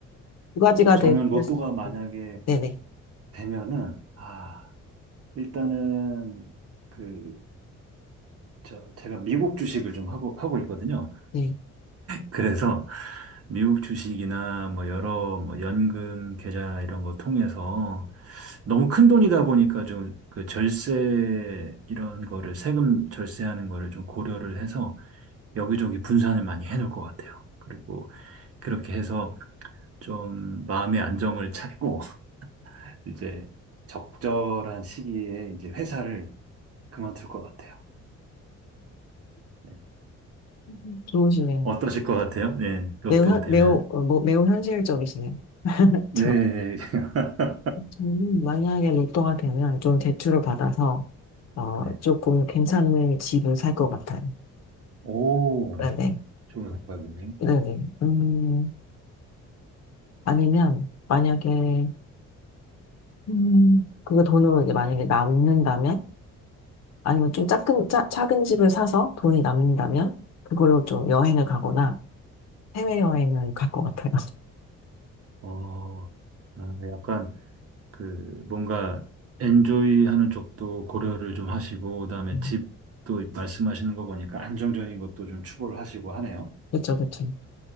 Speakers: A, on the left; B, on the right.
A: 두 가지가
B: 저는
A: 될
B: 로또가
A: 수 있어요.
B: 만약에
A: 네네.
B: 되면은, 아, 일단은, 그, 저, 제가 미국 주식을 좀 하고, 하고 있거든요.
A: 네,
B: 그래서 미국 주식이나 뭐 여러 뭐 연금 계좌 이런 거 통해서 너무 큰 돈이다 보니까 좀 그 절세 이런 거를 세금 절세하는 거를 좀 고려를 해서 여기저기 분산을 많이 해놓을 것 같아요. 그리고 그렇게 해서 좀 마음의 안정을 찾고 이제 적절한 시기에 이제 회사를 그만둘 것 같아요. 네.
A: 음. 좋으시네요.
B: 어떠실 것 같아요? 네, 로또
A: 매우, 현,
B: 되면.
A: 매우, 어, 뭐, 매우 현실적이시네요. 그렇죠.
B: 네. <laughs>
A: 저는 만약에 로또가 되면 좀 대출을 받아서, 어,
B: 네.
A: 조금 괜찮은 집을 살 것 같아요.
B: 오,
A: 네네.
B: 좋은 생각이네요.
A: 네네. 음, 아니면 만약에 음, 그거 돈으로 이제 만약에 남는다면 아니면 좀 작은 짜, 작은 집을 사서 돈이 남는다면 그걸로 좀 여행을 가거나 해외 여행을 갈 것 같아요.
B: 어, 아, 약간 그 뭔가 엔조이 하는 쪽도 고려를 좀 하시고, 그다음에
A: 음,
B: 집도 말씀하시는 거 보니까 안정적인 것도 좀 추구를 하시고 하네요.
A: <laughs> 그렇죠, 그렇죠.